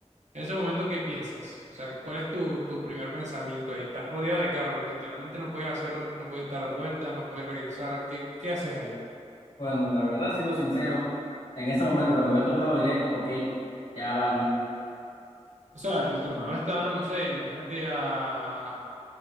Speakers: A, on the right; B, on the left.
A: En ese momento, ¿qué piensas? O sea, ¿cuál es tu, tu primer pensamiento ahí? Estás rodeado de carros, literalmente no puedes hacer, no puedes dar vuelta, no puedes regresar. ¿Qué, qué haces ahí?
B: Bueno, la verdad, siendo sincero, en ese momento cuando vea el tornado diré, ok, ya valí,
A: O sea, el tornado está, no sé, imagínate a